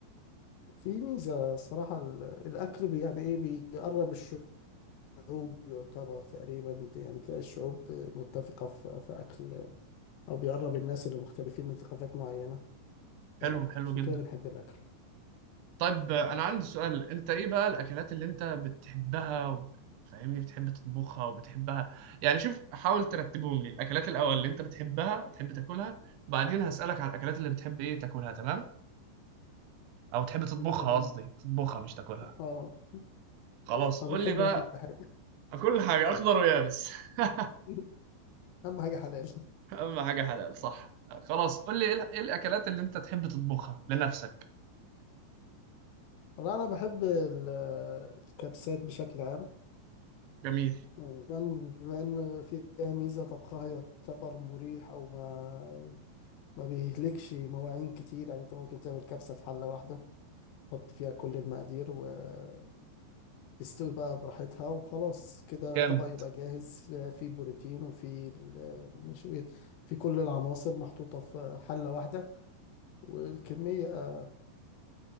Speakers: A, on the left; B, on the right.
A: في ميزة الصراحة ال- الأكل بي- يعني إيه بيقرب الشعوب يعتبر تقريبا يعني تلاقي الشعوب متفقة في في أكل أو بيقرب الناس اللي مختلفين من ثقافات معينة فعشان
B: حلو حلو جدا
A: كده بنحب الأكل
B: طيب آه، انا عندي سؤال انت ايه بقى الاكلات اللي انت بتحبها وب- فاهمني بتحب تطبخها وبتحبها يعني شوف حاول ترتبهم لي الاكلات الاول اللي انت بتحبها تحب تاكلها بعدين هسألك على الاكلات اللي بتحب ايه تاكلها تمام او تحب تطبخها
A: تمام
B: قصدي تطبخها مش تاكلها
A: آه
B: خلاص
A: ما
B: قول
A: بنحب
B: لي بقى
A: ناكل كل حاجة
B: كل حاجة أخضر ويابس <laughs>
A: <laughs> أهم حاجة حلال
B: أهم حاجة حلال صح خلاص قول لي إيه ال- إيه الأكلات اللي أنت تحب تطبخها لنفسك
A: والله أنا بحب ال- الكبسات بشكل عام
B: جميل
A: وكمان بما إن فيها ميزة طبخها يعتبر مريح أو ما ما بيهلكش مواعين كتير يعني أنت ممكن تعمل كبسة في حلة واحدة حط فيها كل المقادير وتستوي بقى براحتها وخلاص كده
B: جامد
A: طبق يبقى جاهز فيه بروتين وفيه النشويات في كل العناصر محطوطة في حلة واحدة والكمية